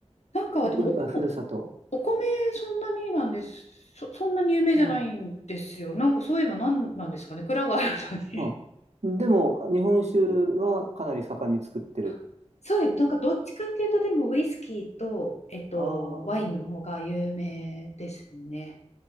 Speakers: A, on the left (about 75°); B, on the right (about 75°).
A: なんか、でもおこ、
B: ふ、あふるさと。
A: お米そんなになんです。そ、そんなに有名じゃないんですよ。
B: あ
A: なんかそういえばなんなんですかね。蔵があるのに。
B: あ、あでも、日本酒はかなり盛んに作ってる。
A: <laughs> そうです。なんかどっちかっていうと、でもウイスキーと、えっと、
B: ああ、
A: ワインの方が有名ですね。